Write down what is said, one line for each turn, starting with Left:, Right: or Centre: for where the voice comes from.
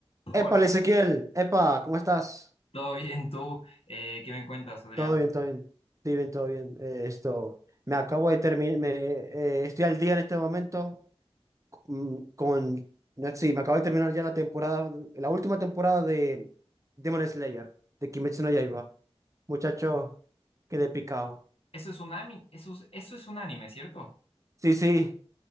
Left: Hola,
Right: Épale, Ezequiel, epa, ¿cómo estás?
Left: ¿todo bien tú? Eh, ¿qué me cuentas, Adrián?
Right: Todo bien, todo bien, todo bien, todo bien. Eh, esto, me acabo de terminar, estoy al día en este momento mm, con, no, sí, me acabo de terminar ya la temporada, la última temporada de Demon Slayer, de Kimetsu no Yaiba. Muchacho, quedé picado.
Left: Eso es un anime, eso es, eso es un anime, ¿cierto?
Right: Sí, sí,